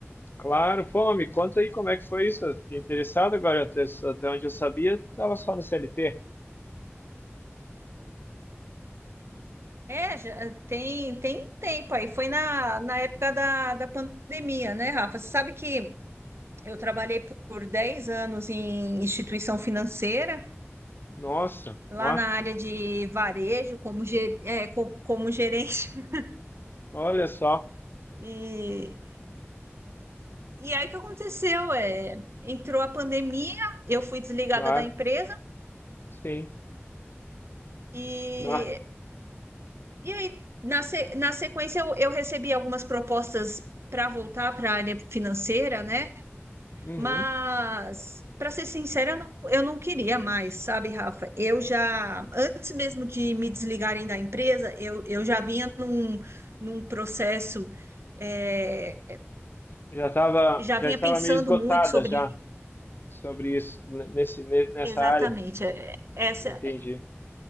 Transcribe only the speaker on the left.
claro, pô, me conta aí como é que foi isso. Eu fiquei interessado agora, até, até onde eu sabia, estava só no CLT.
Nossa,
bah,
olha só,
claro,
sim,
bah,
uhum.
Já tava,
já
estava
meio esgotada
já sobre isso, n- nesse, ne- nessa
área,
entendi,